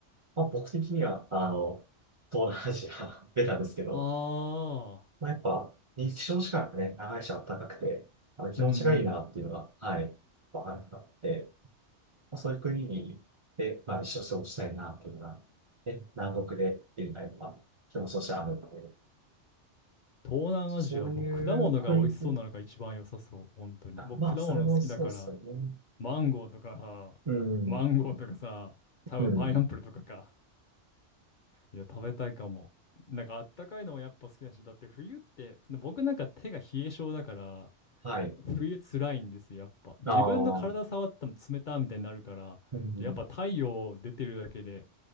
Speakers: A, on the right (about 40°); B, on the left (about 50°).
A: まあ、僕的には、あの、東南アジア出た <laughs> ですけど、
B: ああ
A: まあ、やっぱ、日照時間がね、長いし暖かくて、あの、気持ちがいいなっていうのが、
B: ー、うんうん。
A: はい、わかるなって、まあ、そういう国に、で、まあ、一生過ごしたいなっていうのが、ね、南国で、っていうのが、まあ、気持ちとしてあるので、
B: 東南アジア、
A: そういう国って
B: 僕、果物が美味しそうなのが一番良さそう。本当に。
A: あまあ、
B: 僕、果物好きだから、
A: それもそうですよね。
B: マンゴーとかさ、
A: うん。
B: マンゴーとかさ、多分パイナップルとかか。
A: うん。
B: いや、食べたいかも。なんかあったかいのもやっぱ好きだし、だって冬って、僕なんか手が冷え性だから、
A: はい。
B: 冬辛いんですよ、やっぱ。自分の体触っても冷たみたいになるから、
A: ああ、うん。
B: やっぱ太陽出てるだけで、